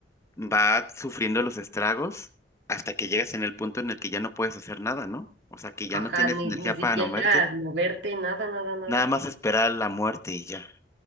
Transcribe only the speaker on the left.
va sufriendo los estragos hasta que llegas en el punto en el que ya no puedes hacer nada, ¿no? O sea, que
ya no tienes
energía
para no muerte,
nada más esperar la muerte y ya.